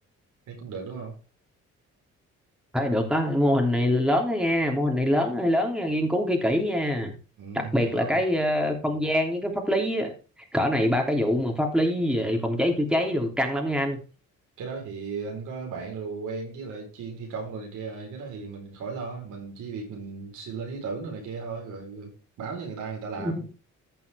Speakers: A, on the right; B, in the centre.
A: thấy cũng được đúng không
B: Thôi được á, mô hình này lớn đó nha, mô hình này lớn hơi lớn nha, nghiên cứu kỹ kỹ nha.
A: ừ
B: Đặc biệt
A: thì Ừ. đó
B: là cái ờ, không gian với cái pháp lý á. Cỡ này ba cái vụ mà pháp lý về phòng cháy chữa cháy rồi căng lắm nha anh.
A: cái đó thì anh có bạn rồi quen với lại chuyên thi công rồi này kia rồi. cái đó thì mình khỏi lo mình chỉ việc mình xin lên ý tưởng rồi này kia thôi rồi báo cho người ta người ta làm
B: ừ,